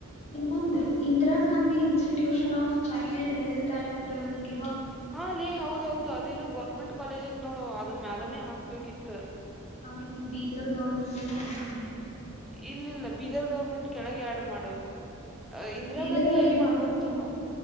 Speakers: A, on the left; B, in the centre.
A: ಇನ್ನೊಂದು Indira Gandhi <inaudible> institution of child health and <inaudible>
B: ಹ ಲೇ ಹೌದೌಹೌದು ಅದೇನೋ ಗೌರ್ಮೆಂಟ್ ಕಾಲೇಜ್ ಐತ್ ನೋಡು ಅದ ಮ್ಯಾಲನೆೇ ಹಾಕ್ಬೇಕಿತ್ <inaudible>
A: ಆಮೇಲೆ ಬೀದರ್ ಗೌರ್ಮೆಂಟ್ನ್ನು ಐತಿ <inaudible>
B: ಇಲ್ಲಿಲ್ಲ ಬೀದರ್ ಗೌರ್ಮೆಂಟ್ ಕೆಳಗೆ ಆಡ್ ಮಾಡ <inaudible> ದು ಅ ಇಂದಿರಾ
A: ಬೀದರ್
B: ಗಾಂಧಿ
A: ಎಲ್ಲಿ
B: ಏನ್ ಮಾಡ
A: ಹಾಕ್ತಾರಲ್ಲ
B: ಗೊತ್ತು